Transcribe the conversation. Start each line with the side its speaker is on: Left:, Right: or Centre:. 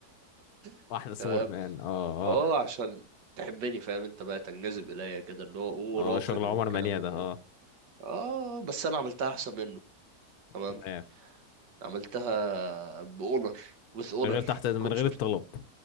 Right: <laughs>
Left: واحده سور
Right: تمام
Left: مان اه
Right: اه
Left: اه
Right: عشان تحبني فاهم انت بقى تنجذب اليا كده اللي هو اوه
Left: اه
Right: راقد
Left: شغل عمر
Right: والكلام
Left: منيع
Right: ده
Left: ده
Right: كله
Left: اه
Right: اه بس انا عملتها احسن منه تمام
Left: تمام
Right: عملتها باونر وذ اونر
Left: من غير تحت
Right: ما
Left: من
Right: كنتش
Left: غير
Right: مرتب
Left: الطلب